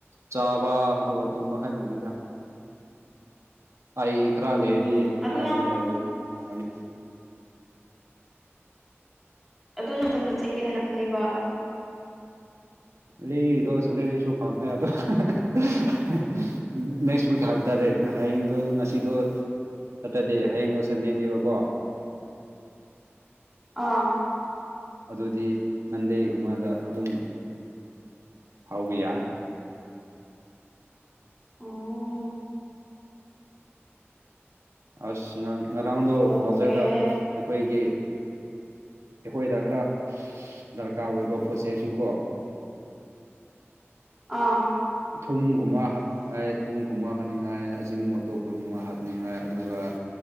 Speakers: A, on the right (about 85°); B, in the centre.
A: ꯆꯥꯕ ꯑꯗꯨꯒ ꯇꯨꯝꯕ ꯈꯛꯇꯅꯤꯗ꯫
B: <inaudible>
A: ꯑꯩ ꯈꯔ
B: ꯎꯝ
A: ꯂꯩꯔꯗꯤ
B: ꯑꯗꯨ
A: ꯂꯥꯏꯕ꯭ꯔꯦꯔꯤꯗ
B: ꯅꯪ
A: ꯑꯣꯏꯅ ꯄꯥꯔꯥꯅꯤ꯫
B: ꯑꯗꯨ ꯅꯥꯇꯣꯝꯗ ꯆꯠꯀꯦ ꯍꯥꯏꯅ ꯈꯜꯂꯤꯕ꯫
A: ꯂꯤꯔꯤꯗꯣ ꯁꯦꯂꯔꯔꯤꯁꯨ ꯐꯪꯈꯔꯦ ꯑꯗꯨ꯫ <unintelligible> ꯅꯦꯛꯁ ꯋꯤꯛ ꯍꯥꯏꯕ ꯇꯥꯔꯦ ꯍꯌꯦꯡꯗꯣ ꯉꯁꯤꯗꯣ꯫ ꯅꯇꯥꯗꯤ ꯍꯌꯦꯡꯗꯣ ꯁꯟꯗꯦꯅꯦꯕꯀꯣ꯫
B: ꯑꯥ꯫
A: ꯑꯗꯨꯗꯤ ꯃꯥꯟꯗꯦꯒꯨꯝꯕꯗ ꯑꯗꯨꯝ ꯍꯧꯕ ꯌꯥꯏ꯫
B: ꯑꯣ꯫
A: ꯑꯁ ꯉꯥꯡ ꯉꯔꯥꯡꯗꯣ
B: ꯑꯣꯀꯦ
A: ꯕꯖꯥꯔꯗ ꯑꯩꯈꯣꯏꯒꯤ꯫ ꯑꯩꯈꯣꯏꯗ ꯈꯔ ꯗꯔꯀꯥꯔ ꯑꯣꯏꯕ ꯄꯣꯠ ꯆꯩꯁꯤꯡꯀꯣ꯫
B: ꯑꯥ꯫
A: ꯊꯨꯝꯒꯨꯝꯕ ꯍꯥꯞꯅꯤꯡꯉꯥꯏ ꯊꯨꯝꯒꯨꯝꯕ ꯍꯥꯅꯤꯡꯉꯥꯏ ꯑꯁꯤꯒꯤ ꯅꯨꯡꯇꯣꯛꯄꯒꯨꯝꯕ ꯍꯥꯞꯅꯤꯡꯉꯥꯏ ꯑꯗꯨꯒ